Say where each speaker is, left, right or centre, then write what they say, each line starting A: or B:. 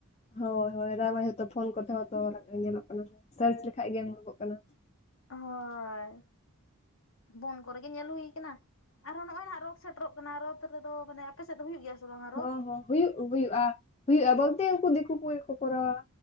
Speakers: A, on the left (about 30°); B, on the left (about 60°).
A: ᱦᱳᱭ ᱦᱳᱭ ᱦᱚᱞᱟ ᱢᱟᱫᱷᱮᱨ ᱛᱚ ᱯᱷᱳᱱ ᱠᱚ ᱛᱟᱸᱦᱮ ᱠᱟᱱᱟ ᱧᱮᱞᱚᱜ ᱠᱟᱱᱟ ᱥᱟᱨᱪ ᱞᱮᱠᱷᱟᱡ ᱜᱮ ᱩᱰᱠᱚᱜ ᱠᱟᱱᱟ
B: ᱦᱳᱭ ᱵᱚᱱ ᱠᱚᱨᱮ ᱜᱮ ᱧᱮᱞ ᱦᱩᱭ ᱠᱟᱱᱟ ᱟᱨᱦᱚᱸ ᱱᱚᱜᱼᱚᱭ ᱦᱟᱜ ᱨᱚᱛᱷ ᱥᱮᱴᱮᱨᱚᱜ ᱠᱟᱱᱟ ᱨᱚᱛᱷ ᱨᱮᱫᱚ ᱢᱟᱱᱮ ᱟᱯᱮᱥᱮᱫ ᱫᱚ ᱦᱩᱭᱩᱜ ᱜᱮᱭᱟ ᱥᱮ ᱵᱟᱝᱟ ᱨᱚᱛ
A: ᱦᱚᱸ ᱦᱚᱸ ᱦᱩᱭᱩᱜ ᱦᱩᱭᱩᱜᱼᱟ ᱦᱩᱭᱩᱜᱼᱟ ᱵᱚᱞᱛᱮ ᱩᱱᱠᱩ ᱫᱤᱠᱩ ᱠᱚ ᱜᱮ ᱠᱚ ᱠᱚᱨᱟᱣᱟ